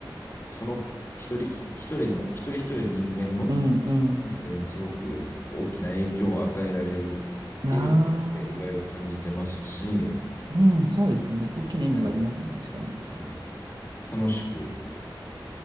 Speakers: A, on the left; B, on the right.
A: その一人一人の、一人一人の人間の
B: うんうん。
A: 人生にすごく大きな影響を与えられるっていう意味では、
B: ああ、
A: やりがいを感じてますし、
B: うん、そうですね。大きな意味がありますね、
A: はい、
B: 確かに。
A: はい楽しく